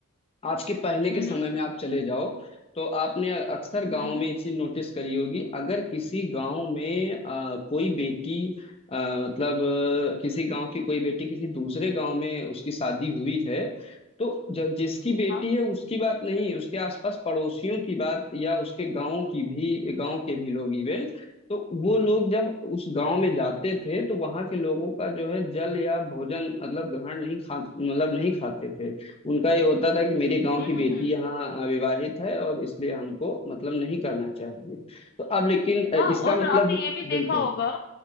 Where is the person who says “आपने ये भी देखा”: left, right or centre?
Left